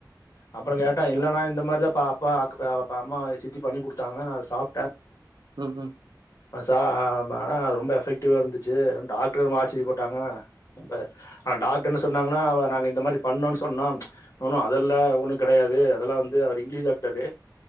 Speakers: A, on the left; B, on the right.
A: அப்பறங் கேட்டா
B: சூப்
A: இல்லனா இந்த மாரிதா பா பா கப பா அம்மா சித்தி பண்ணி குடுத்தாங்க நா அத சாப்ட்டே
B: ம் ம்
A: ப சா மா அ ரொம்ப எஃபெக்டிவா இருந்துச்சு டாக்டர்மே ஆச்சரிய பட்டாங்க ரொம்ப ஆ டாக்டர் என்ன சொன்னாங்கன்னா நாங்க இந்த மாரி பண்ணோ சொன்னோ நோ நோ அதெல்ல ஒண்ணு கெடையாது அதெல்லா வந்து அவரு இங்கிலீஷ் டாக்ட்டரு